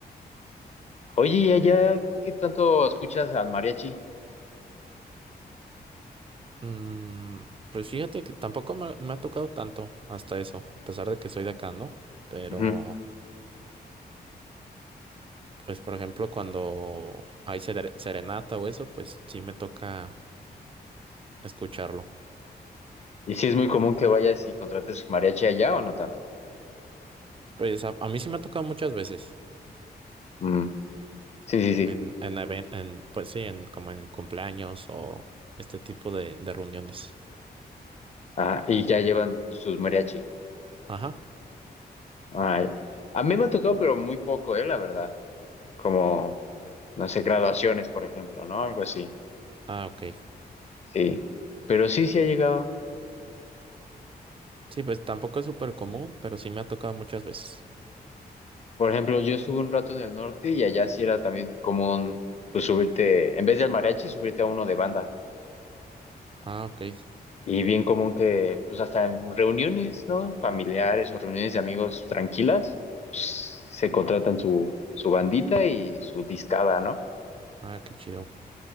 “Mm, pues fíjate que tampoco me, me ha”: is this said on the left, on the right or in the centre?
Right